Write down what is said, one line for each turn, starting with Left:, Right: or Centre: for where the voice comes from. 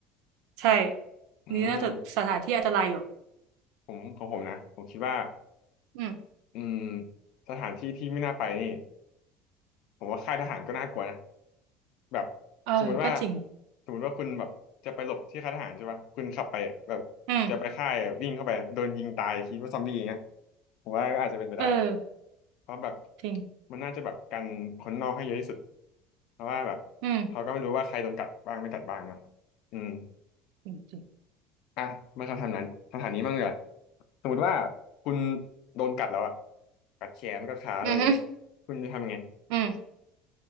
Right: ใช่
Left: อืม
Right: นี่น่าจะสถานที่อันตรายอยู่
Left: ผมของผมนะผมคิดว่า
Right: อืม
Left: อืมสถานที่ที่ไม่น่าไปนี่ ผมว่าค่ายทหารก็น่ากลัวนะแบบ
Right: เออก็จริง
Left: สมมุติว่าสมมุติว่าคุณแบบจะไปหลบที่ค่ายทหารใช่ปะคุณขับไปแบบจะไปค่ายวิ่งเข้าไปโดนยิงตายคิดว่าซอมบี้อย่างเงี้ย
Right: อืม
Left: ผมว่าก็อาจจะเป็นไปได้
Right: เออ
Left: เพราะแบบ
Right: จริง
Left: มันน่าจะแบบกันคนนอกให้เยอะที่สุดเพราะว่าแบบ
Right: อืม
Left: เขาก็ไม่รู้ว่าใครโดนกัดบ้างไม่กัดบ้างเนอะอืม
Right: จริงจริง
Left: อ่ะมาคำถามนั้นคำถามนี้มั่งเหรอสมมติว่าคุณโดนกัดแล้วอะกัดแขนกัดขาอะไรอย่างเงี้ยคุณจะทำยังไง
Right: อือฮึอืม